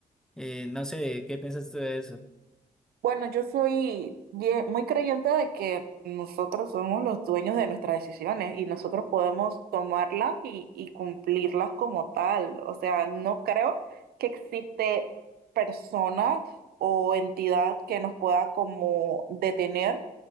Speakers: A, in the centre; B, on the right.
A: eh, no sé, ¿qué piensas tú de eso?
B: Bueno, yo soy bien- muy creyente de que nosotros somos los dueños de nuestras decisiones y nosotros podemos tomarlas y, y cumplirlas como tal. O sea, no creo que existe persona o entidad que nos pueda como detener